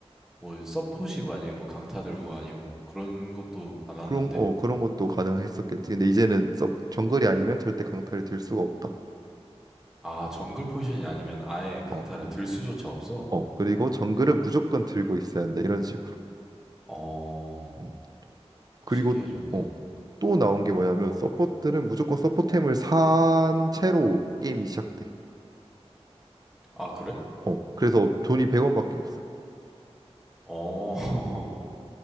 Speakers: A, in the centre; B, on the right (about 35°).
A: 뭐 서폿이 만약에 뭐 강타 들고 아니면 뭐 그런 것도 많았는데
B: 그런 어 그런 것도 가능했었겠지. 근데 이제는 서- 정글이 아니면 절대 강타를 들 수가 없다.
A: 아, 정글 포지션이 아니면 아예 강타를
B: 어
A: 들 수조차 없어?
B: 어 그리고 정글은 무조건 들고 있어야 한다 이런 식으로.
A: 어,
B: 음.
A: 신기해졌네.
B: 그리고 어, 또 나온 게 뭐냐면 서포트는 무조건 서포템을 산 채로 게임이 시작돼.
A: 아, 그래?
B: 어, 그래서 돈이 100원밖에 없어.
A: 어, <laughs>
B: 음,